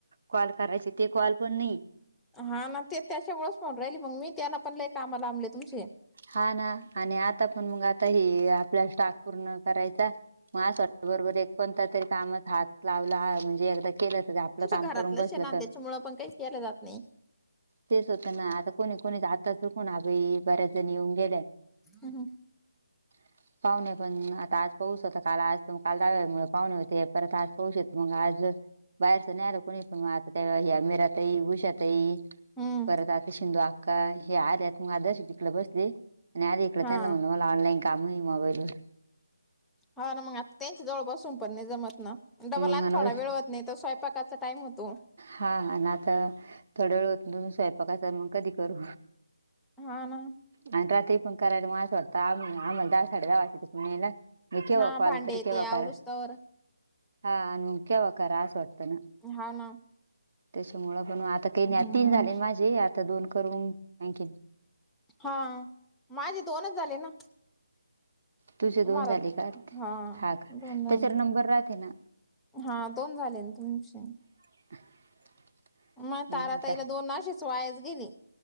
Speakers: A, on the right (about 45°); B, in the centre.
A: कॉल करायचे, ते कॉल पण नाही.
B: हा ना ते त्यांच्यामुळेच पाहून राहिली मग, मी त्यांना पण लै काम लांबले तुमचे.
A: हा ना, आणि आता पण मग आता हे आपल्या स्टाक पूर्ण करायचा. मला असं वाटत बरोबर, एक कोणता तरी कामात हात लावला म्हणजे एकदा. केलं तर ते, आपलं
B: तुमचं
A: काम
B: घरातलंच
A: करून बसलं
B: आहे ना
A: तर.
B: त्याच्यामुळं पण काही केलं जात नाही
A: तेच होतं ना आता कोणी कोणी आता, चुकून आभई बऱ्याच जण येऊन गेल्या.
B: अहमं.
A: <inaudible> पाहुणे पण आता आज पाऊस होता, काल आज काल दहाव्या मुळं पाहुणे होते परत आज. पाऊस येतो मग आज बाहेरच नाही आलं कुणी, पण मग आता ते हे मीराताई, उषाताई.
B: हम्म
A: परत आता शिंंदू आक्का हे आलेत. मग <unintelligible> इकल बसले. आणि आले इकडे
B: हा
A: त्यांना म्हणल, मला ऑनलाईन काम आहे मोबाईल वर.
B: हा ना, मग आता तेनच्यां जवळ बसून पण नाही जमतं ना, डबल
A: मग
B: आत
A: अनु
B: थोडा वेळ होतं. नाही तर, स्वयंपाकाचा टाईम होतो.
A: हा हा नाक थोडावेळ होतं, स्वयंपाकाचा मग कधी करू.
B: हा ना.
A: आणि रात्री पण करायला मग असं होतं, आम्ही आम्हाला दहा साडे दहा वाजत्यात फोन यायला. मग केव्हा
B: हा
A: कॉल
B: भांडे
A: तरी केेव्हा
B: ते आवरुस
A: करा,
B: तवर
A: हा मगं केव्हा करा आस वाटत ना.
B: हांव ना.
A: त्याच्यामुळं पण आता काही
B: हम्म
A: न तीन झालेन, माझे आता दोन करून आणखीन.
B: हा, माझे दोनच झाले ना.
A: तुझे दोन
B: तुम्हारा
A: झाले का
B: हा
A: का
B: दोन झाले.
A: त्याच्यावर नंबर राहते ना
B: हा, दोन झाले ना तुमचे.
A: <inaudible>
B: मग
A: हम्म
B: ताराताईला
A: आता
B: दोन आशेच वायाच गेले.